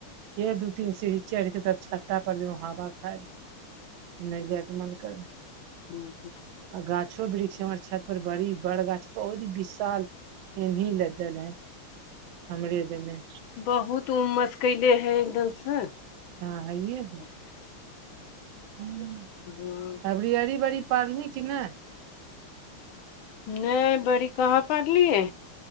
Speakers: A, on the right; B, on the left.
A: केे दू तीन सीढ़ी चइढ़ के तब छत्ता पर जेबा हवा खाए ले नै जय केऽ मन करै
B: ह <unintelligible>
A: आ गाछो वृक्ष हमर छत पर बड़ी बड़ गाछ बहुत ही विशाल एहनी लदल है हमरे दने
B: बहुत उमस कइले हय एकदम स
A: हँ हइए हय हू
B: तो <inaudible>
A: अबरी अरी बरी पारली कि नइ
B: नय बड़ी कहाँ पाड़लियै